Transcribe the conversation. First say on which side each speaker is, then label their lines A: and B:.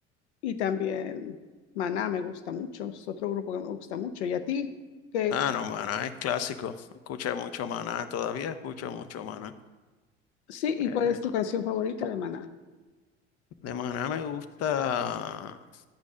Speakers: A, on the left; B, on the left.
A: y también Maná me gusta mucho. Es otro grupo que me gusta mucho. ¿Y a ti? ¿Qué,
B: Ah, no, Maná es clásico. Escuché mucho Maná, todavía escucho mucho Maná.
A: Sí, ¿y
B: Eh,
A: cuál es tu canción favorita de Maná?
B: de Maná me gusta,